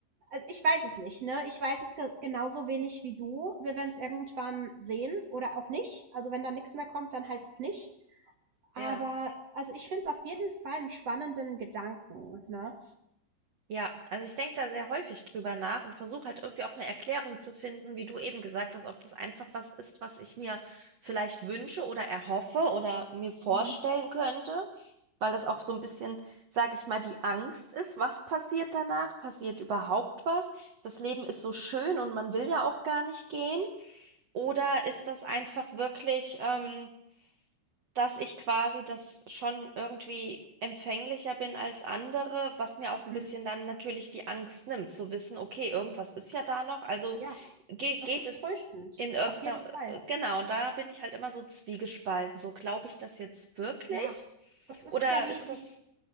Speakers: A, on the right (about 60°); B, on the right (about 75°).
A: also ich weiß es nicht, ne? Ich weiß es ge genauso wenig wie du. Wir werden es irgendwann sehen oder auch nicht. Also wenn da nichts mehr kommt, dann halt auch nicht.
B: Ja,
A: Aber also ich finde es auf jeden Fall einen spannenden Gedanken, ne?
B: ja. Also ich denke da sehr häufig drüber nach und versuche halt irgendwie auch eine Erklärung zu finden, wie du eben gesagt hast, ob das einfach was ist, was ich mir vielleicht wünsche oder erhoffe oder mir vorstellen
A: Mhm,
B: könnte, weil das auch so ein bisschen, sage ich mal, die Angst ist, was passiert danach? Passiert überhaupt was? Das Leben ist so schön und man will ja auch gar nicht gehen. Oder ist das einfach wirklich, ähm, dass ich quasi das schon irgendwie empfänglicher bin als andere, was mir auch ein
A: mhm.
B: bisschen dann natürlich die Angst nimmt, zu wissen, okay, irgendwas ist ja da noch, also
A: Ja,
B: ge
A: das
B: geht
A: ist
B: es
A: tröstend,
B: in irgendeiner,
A: auf jeden Fall.
B: genau, und da bin ich halt immer so zwiegespalten, so glaube ich das jetzt wirklich
A: Ja, das ist
B: oder
A: ja wie
B: ist das,
A: wie